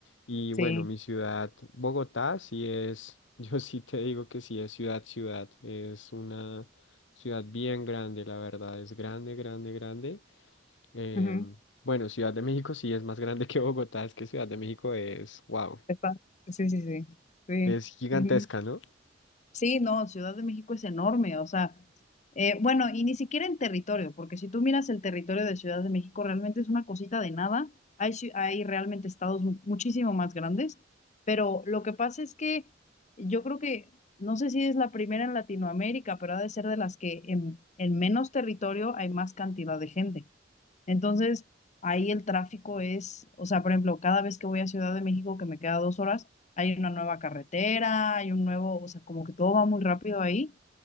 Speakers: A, on the left (about 85°); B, on the left (about 40°).
A: Y
B: sí.
A: bueno, mi ciudad, Bogotá, sí es, <laughs> yo sí te digo que sí es ciudad, ciudad, es una ciudad bien grande, la verdad, es grande, grande, grande. Em,
B: ujú,
A: bueno, Ciudad de México sí es más grande que Bogotá, es que Ciudad de México es, wow,
B: epa, Sí, sí, sí.
A: es gigantesca,
B: Sí.
A: ¿no? <laughs>
B: Sí, no, Ciudad de México es enorme, o sea, eh, bueno, y ni siquiera en territorio, porque si tú miras el territorio de Ciudad de México, realmente es una cosita de nada. Hay, ci- hay realmente estados mu- muchísimo más grandes, pero lo que pasa es que yo creo que, no sé si es la primera en Latinoamérica, pero ha de ser de las que en, en menos territorio hay más cantidad de gente. Entonces, ahí el tráfico es, o sea, por ejemplo, cada vez que voy a Ciudad de México, que me queda dos horas, hay una nueva carretera, hay un nuevo, o sea, como que todo va muy rápido ahí.